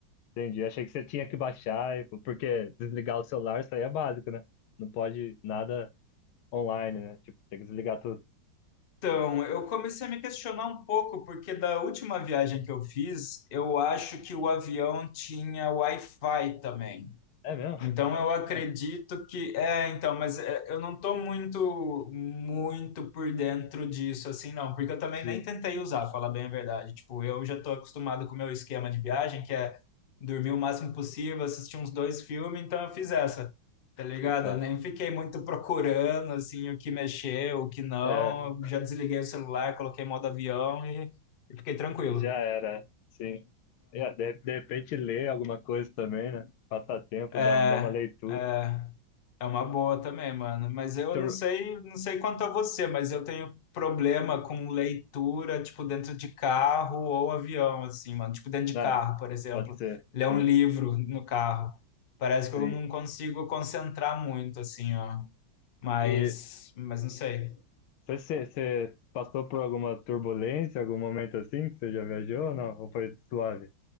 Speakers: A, on the left; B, on the left.
A: Entendi. Achei que você tinha que baixar, e- porque desligar o celular, isso aí é básico, né? Não pode nada online, né? Tipo, tem que desligar tudo.
B: Então, eu comecei a me questionar um pouco, porque da última viagem que eu fiz, eu acho que o avião tinha Wi-Fi também.
A: É mesmo?
B: Então eu acredito
A: <laughs>
B: que é, então, mas é, eu não tô muito muito por dentro disso assim, não, porque eu também
A: Sim.
B: nem tentei usar, falar bem a verdade. Tipo, eu já tô acostumado com o meu esquema de viagem, que é dormir o máximo possível, assistir uns dois filmes, então eu fiz essa.
A: <laughs>
B: Tá ligado?
A: Tá.
B: Eu nem fiquei muito procurando assim o que mexer, o que não.
A: É,
B: Eu Já desliguei o celular, coloquei modo avião e, e fiquei tranquilo.
A: Já era, sim. É, de, de repente ler alguma coisa também, né? Passar tempo,
B: É,
A: dar,
B: é,
A: dar uma leitura.
B: é. É uma boa também, mano. Mas eu
A: Tur-
B: não sei, não sei quanto a você, mas eu tenho problema com leitura, tipo, dentro de carro ou avião, assim, mano. Tipo, dentro
A: né?
B: de carro, por exemplo.
A: Pode ser,
B: Ler
A: sim,
B: um livro no carro. Parece que
A: sim.
B: eu não consigo concentrar muito, assim, ó. Mas,
A: E
B: mas não sei.
A: você passou por alguma turbulência, algum momento assim que você já viajou ou não? Ou foi suave?